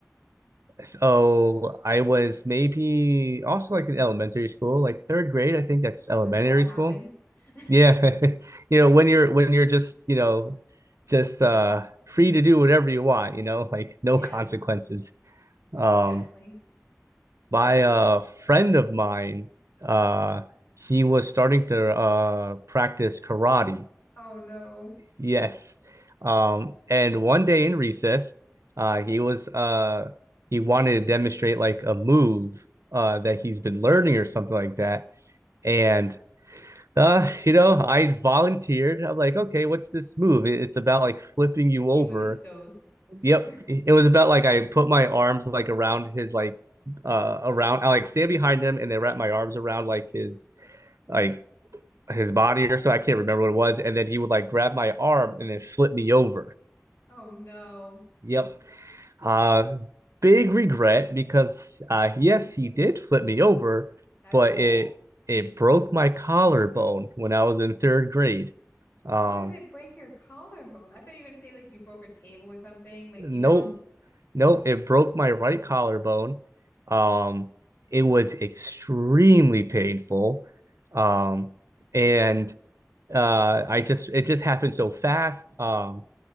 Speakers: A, on the right (about 70°); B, on the left (about 40°).
A: so I was maybe also like in elementary school, like third grade. I think that's
B: When
A: elementary
B: this all happens.
A: school.
B: <laughs>
A: Yeah. <laughs> You know, when you're when you're just, you know, just uh free to do whatever you want, you know, <laughs> like
B: Yeah,
A: no consequences. Um
B: exactly.
A: by a friend of mine, uh he was starting to uh practice karate
B: Oh no.
A: Yes. Um, and one day in recess, uh, he was uh, he wanted to demonstrate like a move uh, that he's been learning or something like that. And uh, you know, I volunteered. I'm like, okay, what's this move? It's about like flipping you over.
B: See where this goes.
A: Yep, it
B: <laughs>
A: it was about like I put my arms like around his like uh around. I like stand behind him and then wrap my arms around like his like his body or so. I can't remember what it was. And then he would like grab my arm and then flip me over.
B: Oh no,
A: Yep. Uh, big regret because uh, yes, he did flip me over,
B: that's
A: but
B: cool.
A: it it broke my collarbone when I was in third grade. Um,
B: How did it break your collarbone? I thought you were gonna say like you broke a table or something, like
A: nope,
B: you know.
A: nope, it broke my right collarbone. Um, it was extremely painful, um, and uh, I just it just happened so fast. Um,